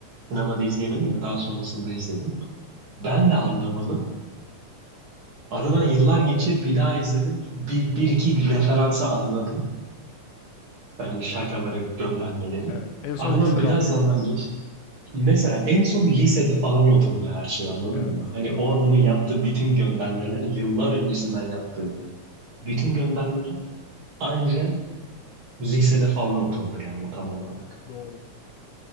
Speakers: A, on the right; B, on the left.
A: Sinemada izleyemedim de daha sonrasında izledim. Ben de anlamadım. Aradan yıllar geçip bir daha izledim. Bir, bir iki referansa anladım. Yani şakaları, göndermeleri.
B: Evet. En son
A: Aradan
B: lisede
A: biraz
B: anlayabildim.
A: zaman geç. Mesela en son lisede falan oturdu her şey anladın
B: Evet.
A: mı? Hani
B: Doğru.
A: o adamın yaptığı bütün göndermeler, yıllar öncesinden yaptığı bütün göndermeler anca Lisede falan oturdu yani tam olarak.
B: Doğru.